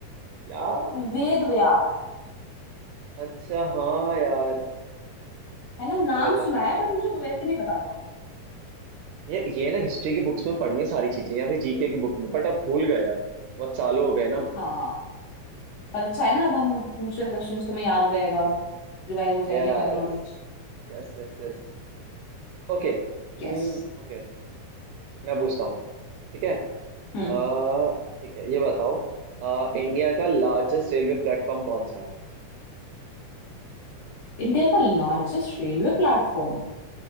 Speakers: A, on the right (about 80°); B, on the left (about 70°).
A: यार
B: वेद व्यास
A: अच्छा हाँ यार
B: है ना नाम
A: यार बताओ
B: सुना है बट मुझे वैसे नहीं पता था
A: ये ये ना हिस्ट्री की बुक्स में पढ़ी है सारी चीजें या फिर जीके की बुक में बट अब भूल गए यार बहुत सालों हो गए ना
B: हाँ पर अच्छा है ना अब हम पूछ रहे क्वेश्चन तुम्हें याद रहेगा रिवाइव हो जाएगी
A: Yes
B: हमारी नॉलेज
A: yes yes yes Okay
B: यस
A: okay मैं पूछता हूँ ठीक है अ,
B: हम्म
A: ठीक है ये बताओ अ, इंडिया का लार्जेस्ट रेलवे प्लेटफॉर्म कौन सा है
B: इंडिया का लार्जेस्ट रेलवे प्लेटफॉर्म